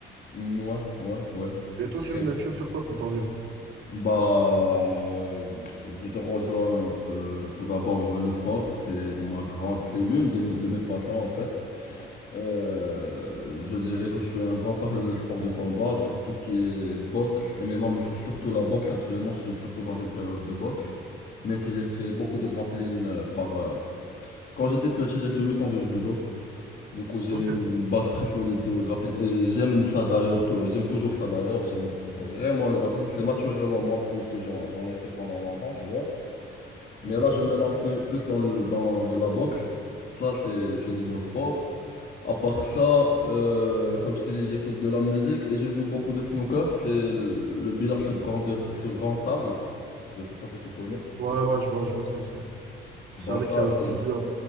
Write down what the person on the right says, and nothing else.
Et toi,
tu veux, me-
tu veux me faire quoi pour ton temps libre?
Ok,
ok.
Ouais, ouais, je vois, je vois ce que c'est.
C'est avec
euh,
plusieurs,